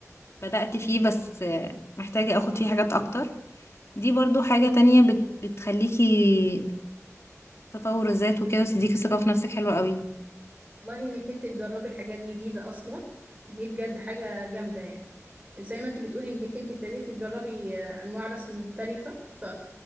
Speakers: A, on the left (about 55°); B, on the right (about 25°).
A: بدأت فيه بس أه محتاجه اخد فيه حاجات اكتر دي برضو حاجه تانية بت بتخليكي تطور الذات وكده وتديكي ثقه في نفسك حلوه قوي
B: والله انك انت تجربي حاجات جديدة اصلا دي بجد حاجة جامدة يعني زي ما انت بتقولي انك انت ابتديتي تجربي آه، انواع رسم مختلفة ف...